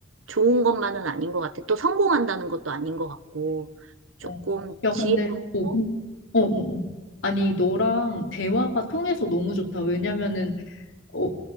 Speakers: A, on the right; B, on the left.
A: 좋은 것만은 아닌 것 같아. 또 성공한다는 것도 아닌 것 같고, 조금
B: 어. 야
A: 지혜롭고,
B: 근데 어, 그- 어, 어, 어. 아니 너랑 대화가 통해서 너무 좋다. 왜냐면은 어,